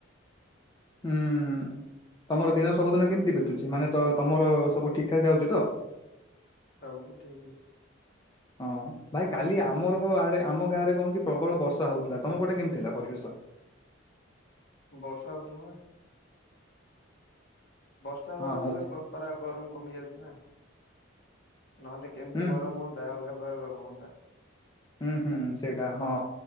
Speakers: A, on the left (about 20°); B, on the left (about 50°).
A: ହୁଁ। ତମର ଦେହ ସବୁଦିନ କେମିତି ବିତୁଚି ମାନେ ତ ତମର ସବୁ ଠିକ୍ ଠାକ୍ ଯାଉଚି ତ?
B: ସବୁ ଠିକ୍ ଅଛି।
A: ହଁ। ଭାଇ କାଲି ଆମର ଆଡେ ଆମ ଗାଁ ରେ କଣ କି ପ୍ରବଳ ବର୍ଷା ହଉଥିଲା। ତମ ପଟେ କେମିତି ଥିଲା ପରିବେଶ?
B: ବର୍ଷା ହଉଥିଲା ନା। ବର୍ଷା ହେବା
A: ହଁ
B: ଯୋଙ୍ଗୁ
A: ହଉଛି
B: ତ ଖରା ଗରମ କମି ଯାଉଚି ନା ନହେଲେ କେମିତି
A: ହୁଁ
B: ଗରମ ହୁଅନ୍ତା। ତା ଅଲଗା ପ୍ରକାର ଗରମ ହୁଅନ୍ତା।
A: ହୁଁ ହୁଁ ସେଇଟା ହଁ।